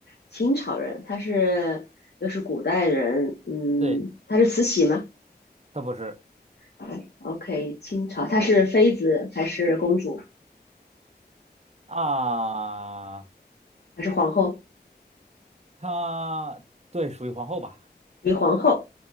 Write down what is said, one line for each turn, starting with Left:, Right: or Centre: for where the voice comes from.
Left: 清朝人，他是又是古代人，嗯，
Right: 对，
Left: 他是慈禧吗？
Right: 他不是
Left: 哎，OK，清朝，她是妃子还是公主
Right: 啊，
Left: 还是皇后？
Right: 他对属于皇后吧？
Left: 李皇后。